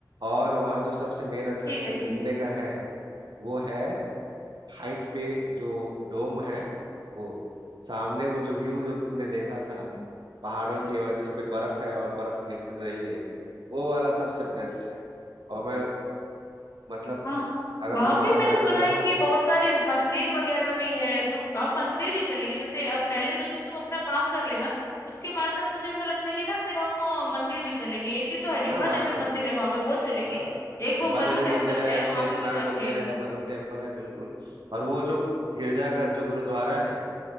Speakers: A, on the right; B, on the left.
A: और वहाँ जो सबसे मेन अट्रैक्शन
B: ठीक है
A: घूमने
B: ठीक है
A: का है वो है हाइट पे जो डोम है वो सामने वो जो व्यू जो तुमने देखा
B: अच्छा अच्छा
A: था
B: हाँ।
A: पहाड़ों की और जिस पे बर्फ है और बर्फ गिर रही है वो वाला सबसे बेस्ट है और मैं मतलब
B: हाँ
A: अगर
B: वहां
A: तुम वहां
B: पे मैंने
A: जाना
B: सुना
A: चाहो
B: है कि बहुत सारे मंदिर वगैरह भी है तो हम मंदिर भी चलेंगे जैसे अब पहले दो दिन तुम अपना काम कर लेना उसके बाद में मुझे ऐसा लगता है कि ना फिर हम अ, मंदिर भी चलेंगे एक दिन तो हिडिंबा
A: है ना वहां
B: देवी
A: पे
B: मंदिर है वहां पे वो चलेंगे
A: हाँ
B: एक
A: जगदम्बा
B: वो मनु
A: देवी
B: टेम्पल
A: मंदिर है
B: है
A: शेषनाग
B: वहां पे भी जाके
A: मंदिर
B: आएंगे
A: है मनु टेम्पल है बिल्कुल और वो जो गिरजाघर जो गुरुद्वारा है